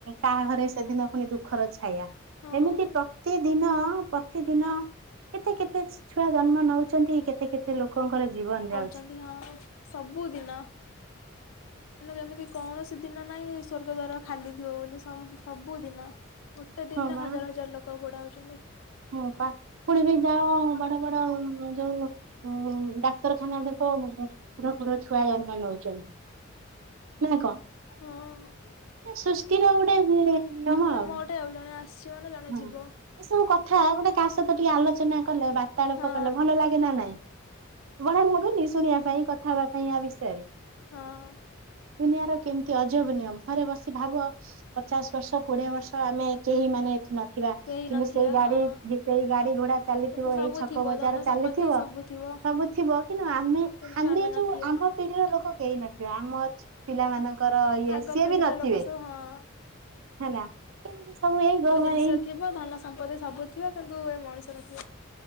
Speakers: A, on the right; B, on the left.
A: କାହା ଘରେ ସେଦିନ ପୁଣି ଦୁଃଖର ଛାୟା
B: ହଁ
A: ଏମିତି ପ୍ରତି ଦିନ ପ୍ରତିଦିନ କେତେ କେତେ ଛୁଆ ଜନ୍ମ ନଉଛନ୍ତି କେ କେତେ କେତେ ଲୋକଙ୍କର ଜୀବନ ଯାଉ
B: ତନ୍ଦିଅ ସବୁଦିନ। ଏମିତି କୌଣସି ଦିନ ନାହିଁ ସ୍ୱର୍ଗ ଦ୍ଵାର ଖାଲି ଥିବ ବୋଲି ସମ୍ ସବୁ ଦିନ। ଗୋଟେ ଦିନରେ
A: ହଁ ବା
B: ହଜାର ହଜାର ଲୋକ ପୋଡା ହଉଛନ୍ତି।
A: ହଁ ପା ପୁଣି ବି ଯାଅ ବଡ ବଡ ଯୋଉ ଡାକ୍ତରଖାନାରେ ଦେଖିବା ପୁର ପୁର ଛୁଆ ଜନ୍ମ ନଉଛନ୍ତି। ନା କଣ
B: ହଁ
A: ସୁଷ୍ଟି ର ଗୋଟେ ନି ନିୟମ ଆଉ
B: ଗୋଟେ ଜଣେ ଆସିଛି ମାନେ ଜଣେ
A: ହୁଁ
B: ଯିବ
A: ଏସବୁ କ ଗୋଟେ କାହା ସହିତ ଟିକେ ଆଲୋଚନା କଲେ ବାର୍ତ୍ତାଳାପ
B: ହଁ
A: କଲେ ଭଲ ଲାଗେ ନା ନାଇଁ ବଢିଆ ଲାଗୁନି। ଶୁଣିବା ପାଇଁ କଥା ହେବା ପାଇଁ ଆ ବିଷୟରେ।
B: ହଁ
A: ଦୁନିଆର କେମିତି ଅଜବ ନିୟମ ଥରେ ବସି ଭାବ ପଚାଶ ବର୍ଷ କୋଡିଏ ବର୍ଷ ଆମେ କେହି ମାନେ ଏଠି ନଥିବା
B: କେହି
A: କିନ୍ତୁ
B: ନଥିବା
A: ସେଇ ଗାଡି
B: ହଁ
A: ସେଇ ଗାଡି ଘୋଡା ଚାଲିଥିବ
B: କିନ୍ତୁ ସବୁ
A: ଏଇ ଛକ
B: ଥିବ
A: ବଜାର
B: ଧନ
A: ଚାଲିଥିବ
B: ସମ୍ପତ୍ତି ସବୁ ଥିବ
A: ସବୁ ଥିବ କିନ୍ତୁ ଆମେ
B: କିନ୍ତୁ
A: ଆମେ
B: ନଥିବା
A: ଯୋଉ ଆମ ପିଢିର ଲୋକ କେହି ନଥିବେ ଆମ ପିଲା ମାନଙ୍କର ଇଏ
B: ଆଗ
A: ସିଏ
B: ପିଢିର
A: ବି ନଥିବେ।
B: ଲୋକ ସବୁ ହଁ
A: ହେଲା ଏମିତି ସବୁ ଏଇ କର
B: ଜିନିଷ
A: ଏଇ
B: ଥିବ ଧନ ସମ୍ପତ୍ତି ସବୁ ଥିବ କିନ୍ତୁ ଏ ମଣିଷ ନଥିବ।